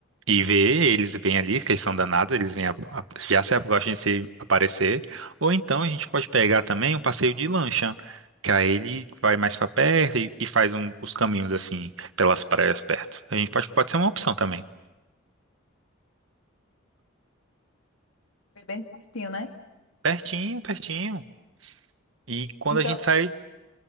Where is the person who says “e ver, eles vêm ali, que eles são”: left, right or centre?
Right